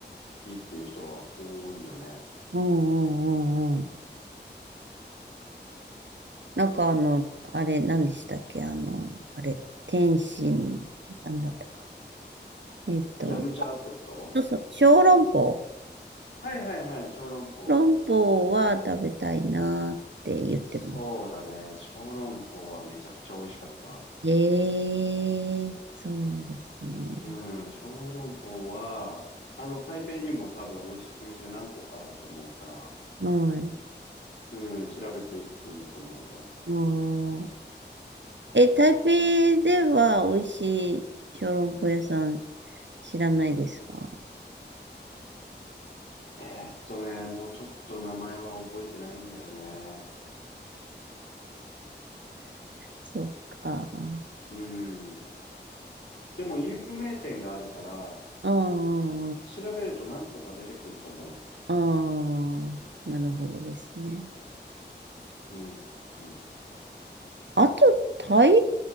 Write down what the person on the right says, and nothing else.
うんうんうん。なんかあの、あれ、何でしたっけあの、あれ、天津、何だったか。えっと、
そうそう、小籠包。
小籠包は食べたいなーって言ってます。
ええ、そうなんですね。
はい。
もう、え、台北では美味しい小籠包屋さん知らないですか
そっか。あ
あ、
ああ、なるほどですね。
あと、台湾